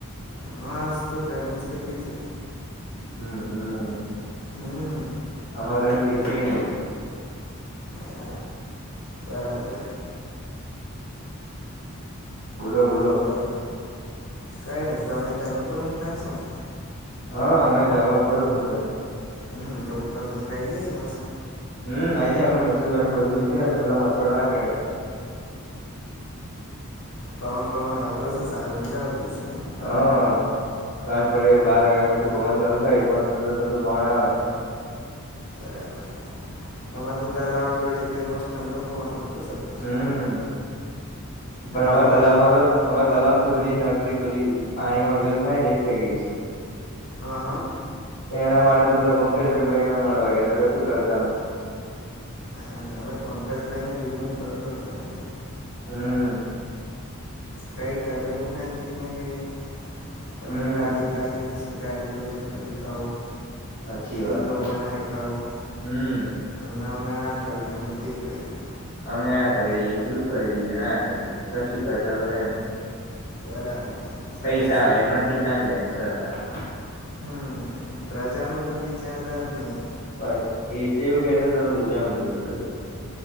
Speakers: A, on the left; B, on the left.
A: હસ તો ગરમી જ કેટલી છે.
B: હમ હમ,
A: હમ
B: આમા ઘરે તો એ સી નહ.
A: હ બરાબર.
B: બોલો બોલો
A: બોલા, કઈ ના દમે દવા પર ઊંઘતા હસો ને?
B: હા અમે ધાબ પર સૂતા છે.
A: હમ તોર મંગાઈ જાય મસ્ત.
B: હમ નાઈ જાય અમે મચછરવાની બધ નઈ જાય ને પેલા મચ્રો ના કેળે.
A: પવન ભવન આવતો હશે સારું મજા આવતી હશે ને?
B: હા, સાંજ પડે બાર વાગ્યા પછી પવન ચાલુ થાય મસ્ત ઠંડો ઠંડો પવન આવે.
A: બરાબર તમારે તો તલા આવ જોડે એટલે મસ્ત ઠંડો પવન આવતો હશે.
B: હમ પણ
A: આજુબાજુ
B: આમા તલામમાં તો અ તલામ તો પેલી નકરી પેલી પાણીમાં વેલ થાય ને એ થઈ ગઈશ.
A: હા હા
B: એના માટે તો પેલા પંકજ ભાઈ ભાઈ એના મળવા ગયા હતા શું કરતા નહી.
A: હા તમે પંકજભાઈ ને રીમૂવ કર દો ત ભાઈ.
B: હમ.
A: કઈ કર્યું નથી ને કે? તમે
B: હમ
A: કાલી ખાલી ગાડીઓ લઈને ફરીકું.
B: સાચી વાત
A: રીલો બનાય ખાવું
B: હમ
A: અને અમે આ કરીને અમે તે કર્યું..
B: અમે આ કરી લઈએ એમ પેલું કરીરી લઈએ ને આ કરી લએ કશું કરતા તો હે.
A: બરાબર છે શું
B: પૈસા
A: કરશ
B: હોય એમના ખીચામ જાય સરકાર.
A: હમ પ્રજા ન તો વિચારતા જ નહીિ.
B: પછ એ તો એવું કે છે તોુંધામ પ્રજા